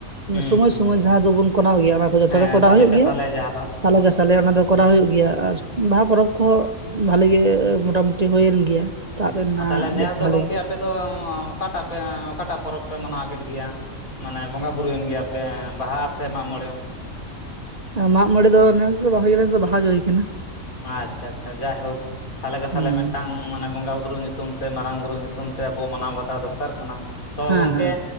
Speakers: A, on the left; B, on the right.
A: ᱦᱩᱸ
B: ᱥᱚᱢᱚᱭ
A: ᱦᱩᱸ
B: ᱥᱚᱢᱚᱭ ᱡᱟᱦᱟᱸ ᱫᱚᱵᱚᱱ ᱠᱚᱨᱟᱣ ᱜᱮᱭᱟ ᱚᱱᱟ ᱠᱚ ᱡᱚᱛᱚ
A: ᱦᱮᱸ
B: ᱜᱮ ᱠᱚᱨᱟᱣ
A: ᱥᱟᱞᱮ
B: ᱦᱩᱭᱩᱜ
A: ᱠᱮ
B: ᱜᱮᱭᱟ
A: ᱥᱟᱞᱮ ᱡᱟᱦᱟᱸ ᱫᱚ
B: ᱥᱟᱞᱮ ᱜᱮ ᱥᱟᱞᱮ ᱚᱱᱟ ᱫᱚ ᱠᱚᱨᱟᱣ ᱦᱩᱭᱩᱜ ᱜᱮᱭᱟ ᱟᱨ ᱵᱟᱦᱟ ᱯᱚᱨᱚᱵᱽ ᱠᱚᱦᱚᱸ ᱵᱷᱟᱞᱤ ᱜᱮ ᱢᱳᱚᱴᱟᱢᱩᱴᱤ ᱦᱩᱭᱮᱱ ᱜᱮᱭᱟ ᱛᱟᱵ ᱮᱱᱟ
A: ᱛᱟᱦᱞᱮ ᱱᱮᱥ
B: ᱵᱮᱥ
A: ᱫᱚ
B: ᱵᱷᱟᱞᱤ
A: ᱜᱚᱢᱠᱮ
B: ᱜᱮ᱾
A: ᱟᱯᱮ ᱫᱚ ᱚᱠᱟᱴᱟᱜ ᱯᱮ ᱚᱠᱟᱴᱟᱜ ᱯᱚᱨᱚᱵᱽ ᱯᱮ ᱢᱟᱱᱟᱣ ᱠᱮᱫ ᱜᱮᱭᱟ ᱢᱟᱱᱮ ᱵᱚᱸᱜᱟᱼᱵᱩᱨᱩᱭᱮᱱ ᱜᱮᱭᱟ ᱯᱮ ᱵᱟᱦᱟ ᱥᱮ ᱢᱟᱜ ᱢᱚᱬᱮ
B: ᱢᱟᱜ ᱢᱚᱬᱮ ᱫᱚ ᱱᱮᱥ ᱫᱚ ᱵᱟᱝ ᱦᱩᱭ ᱠᱟᱱᱟ ᱵᱟᱦᱟ ᱜᱮ ᱦᱩᱭ ᱠᱟᱱᱟ
A: ᱟᱪᱪᱷᱟ ᱟᱪᱪᱷᱟ ᱡᱟᱭᱦᱳᱠ ᱥᱟᱞᱮ ᱜᱮ ᱥᱟᱞᱮ
B: ᱦᱮᱸ
A: ᱢᱤᱫᱴᱟᱝ ᱢᱟᱱᱮ ᱵᱚᱸᱜᱟ ᱵᱩᱨᱩ ᱧᱩᱛᱩᱢ ᱢᱟᱨᱟᱝ ᱵᱩᱨᱩ ᱧᱩᱛᱩᱢ ᱛᱮ ᱟᱵᱚ ᱢᱟᱱᱟᱣ ᱵᱟᱛᱟᱣ ᱫᱚᱨᱠᱟᱨ ᱠᱟᱱᱟ ᱛᱚ
B: ᱦᱮᱸ
A: ᱜᱚᱢᱠᱮ
B: ᱦᱮᱸ